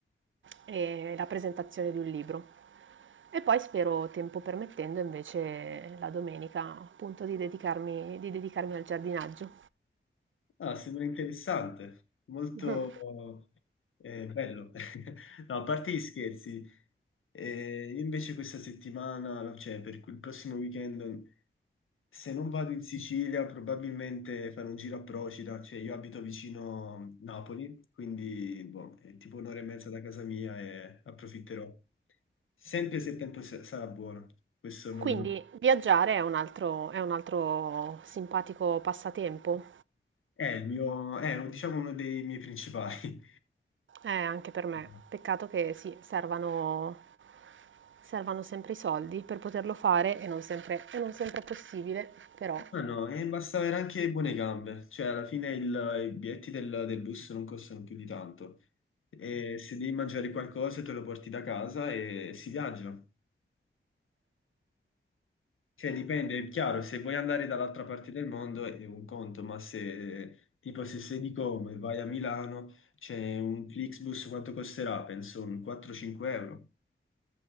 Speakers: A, on the right; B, on the left.
A: e la presentazione di un libro. E poi spero, tempo permettendo, invece la domenica appunto di dedicarmi, di dedicarmi al giardinaggio.
B: Ah, sembra interessante, molto
A: Mhm.
B: eh, bello. <laughs> No, a parte gli scherzi, eh, io invece questa settimana, cioè per il prossimo weekend, se non vado in Sicilia, probabilmente farò un giro a Procida, cioè io abito vicino Napoli, quindi boh, è tipo un'ora e mezza da casa mia e approfitterò. Sempre se il tempo sa- sarà buono, questo non...
A: Quindi viaggiare è un altro, è un altro simpatico passatempo,
B: è il mio, è diciamo uno dei miei principali.
A: eh, anche per me.
B: <laughs>
A: Peccato che sì, servano, servano sempre i soldi per poterlo fare e non sempre, e non sempre è possibile, però
B: No, no, e basta avere anche buone gambe, cioè alla fine il- i biglietti del, del bus non costano più di tanto e se devi mangiare qualcosa te lo porti da casa e si viaggia. Cioè dipende, è chiaro, se vuoi andare dall'altra parte del mondo è un conto, ma se tipo se sei di Como e vai a Milano c'è un Flixbus, quanto costerà? Penso un 4-5 euro.